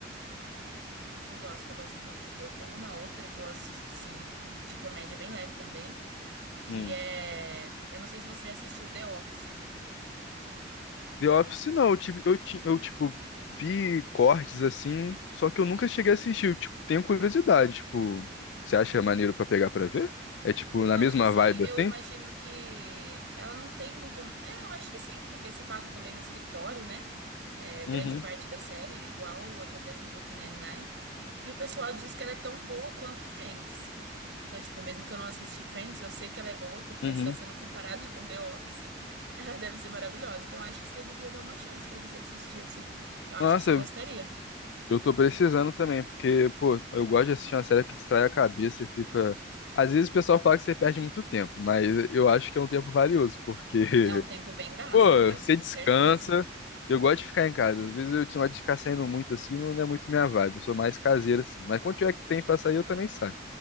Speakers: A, on the right (about 70°); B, on the left (about 75°).
A: Eu gosto, eu gosto muito. Eu tenho uma outra que eu assisto, assim, de comédia bem leve também, que
B: Hum.
A: é. Eu não sei se você já assistiu, The Office.
B: The Office não, eu tive, eu, ti- eu tipo vi cortes assim, só que eu nunca cheguei a assistir. Eu, tipo, tenho curiosidade, tipo, você acha maneiro pra pegar pra ver? É tipo
A: Eu
B: na
A: acho
B: mesma
A: que sim.
B: vibe
A: Eu
B: assim?
A: imagino que ela não tem muito. É, eu acho que sim, porque se passa também no escritório, né? É, grande
B: Uhum,
A: parte da série, igual acontece em Brooklyn Nine-Nine. E o pessoal diz que ela é tão boa quanto Friends. Então, tipo, mesmo que eu não assisti Friends, eu sei que ela é boa porque
B: uhum.
A: se está sendo comparada <laughs> com The Office, ela deve ser maravilhosa. Então, eu acho que você devia dar uma chance pra você assistir, assim. Eu acho
B: Nossa,
A: que você gostaria.
B: eu eu tô precisando também, porque pô, eu gosto de assistir uma série que distrai a cabeça e fica Às vezes o pessoal fala que você perde muito tempo, mas eu acho que é um tempo valioso, porque <laughs>
A: É um tempo bem gasto,
B: Pô,
A: eu
B: você
A: tenho
B: descansa.
A: certeza.
B: Eu gosto de ficar em casa. Às vezes eu tinha de ficar saindo muito assim, não é muito minha vibe. Eu sou mais caseiro assim. Mas quando tiver que tem pra sair, eu também saio.